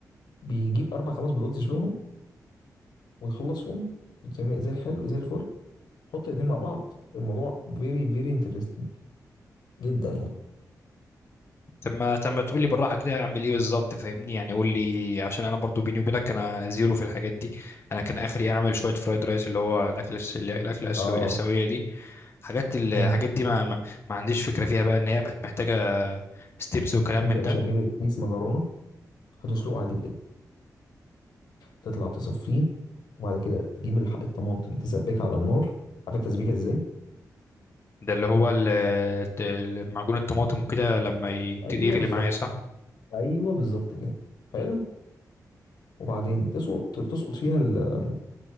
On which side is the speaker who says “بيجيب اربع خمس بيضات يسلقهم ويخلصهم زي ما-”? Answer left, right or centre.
Left